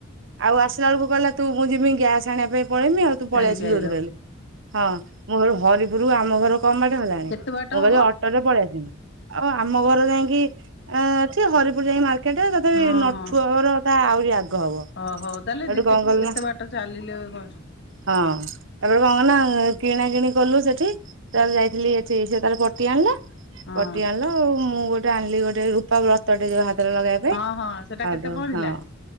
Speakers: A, on the right (about 65°); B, on the left (about 55°).
A: ଆଉ ଆସିଲା ବେଳକୁ କହିଲା ତୁ ମୁଁ ଯିମି ଗ୍ୟାସ ଆଣିବା ପାଇଁ ପଳେଇମି ଆଉ ତୁ
B: ଚାଲିକି
A: ପଳେଇ ଆସିବୁ
B: ଆଇଲ
A: ଯୋଉଥିରେହେଲେ ହଁ ମୁଁ ହରିପୁର ଆମ ଘର କମବାଟ ହେଲାଣି।
B: କେତେ ବାଟ
A: ମୁଁ
B: ହବ?
A: କହିଲି ଅଟୋରେ ପଳେଇ ଆସିମି। ଆଉ ଆମ ବର ଯାଇକି ଏଠିଁ ହରିପୁର ଯାଇକି ମାର୍କେଟ ତଥାପି
B: ହଁ
A: ନଠୁର
B: ହଁ
A: ତା ଆହୁରି ଆଗ ହବ।
B: ହ ହଉ ତାହେଲେ
A: ଏଠି
B: ଯେତେ
A: କଣ କଲି
B: ଏତେ
A: ନା
B: ବାଟ ଚାଲିଲେ କଣ
A: ହଁ ତାପ କଣ ନା କିଣା କିଣି କ ଠି ତା ଯାଇଥିଲି ସେଠି ତା ପଟି ଆଣିଲା
B: ହଁ
A: ପଟି ଆଣିଲା ଆଉ ଗୋଟ ଆଣିଲି ଗୋଟେ ରୂପାବ୍ରତଟେ ଯୋ ହାତ ଲଗେଇବା ପାଇଁ
B: ହଁ ହଁ ସେଟା
A: ଆଉଠୁ
B: କେତେ ପଡିଲା?
A: ହଁ